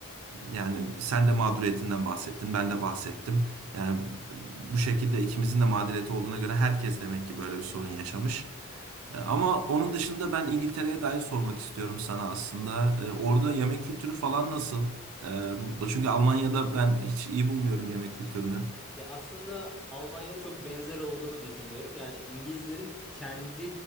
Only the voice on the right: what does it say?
Yani sen de mağduriyetinden bahsettin, ben de bahsettim. Yani bu şekilde ikimizin de mağduriyeti olduğuna göre herkes demek ki böyle bir sorun yaşamış. E, Ama onun dışında ben İngiltere'ye dair sormak istiyorum sana aslında. E, Orada yemek kültürü falan nasıl? E, Çünkü Almanya'da ben hiç iyi bulmuyorum yemek kültürünü.